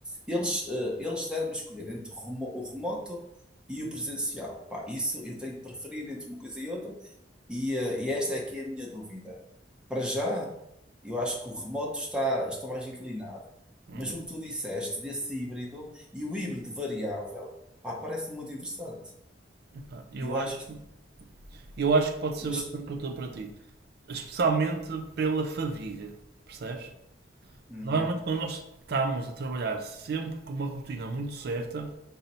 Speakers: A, in the centre; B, on the right.
A: eles, eh, eles deram-me a escolher entre o remo- o remoto e o presencial. Pá, isso eu tenho que preferir entre uma coisa e outra. E, eh, e esta é aqui a minha dúvida. Para já, eu acho que o remoto está, está mais inclinado.
B: Uhum.
A: Mas o que tu disseste desse híbrido e o híbrido variável, pá, parece muito interessante.
B: Pá, Eu
A: Eu acho
B: acho,
A: que.
B: eu acho que pode ser
A: Mas.
B: bastante útil para ti, especialmente pela fadiga, percebes?
A: Uhum,
B: Normalmente quando nós estamos a trabalhar sempre com uma rotina muito certa,